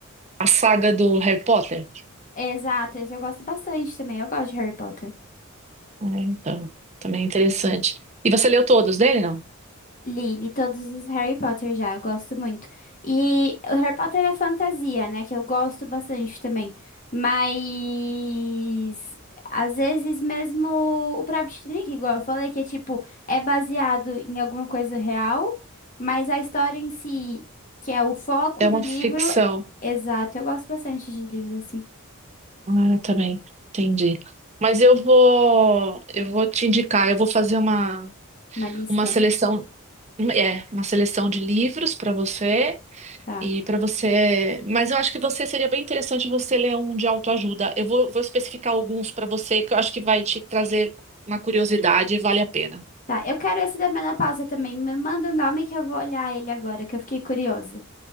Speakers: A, on the right; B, on the left.
A: a saga do Harry Potter.
B: Exato, esse eu gosto bastante também. Eu gosto de Harry Potter.
A: É, então, também é interessante. E você leu todos dele, não?
B: Li, li todos os Harry Potter já, eu gosto muito. E o Harry Potter é fantasia, né? Que eu gosto bastante também. Mas às vezes mesmo o próprio Titanic, igual eu falei, que é tipo, é baseado em alguma coisa real, mas a história em si, que é o foco
A: É uma
B: do livro,
A: ficção.
B: exato. Eu gosto bastante de livro, assim,
A: Ah, também, entendi. Mas eu vou, eu vou te indicar, eu vou fazer uma,
B: uma lista.
A: uma seleção, é, uma seleção de livros para você
B: Tá.
A: e para você, mas eu acho que você seria bem interessante você ler um de autoajuda. Eu vou, vou especificar alguns para você que eu acho que vai te trazer uma curiosidade e vale a pena.
B: Tá, eu quero esse da menopausa também. Me manda o nome que eu vou olhar ele agora, que eu fiquei curiosa.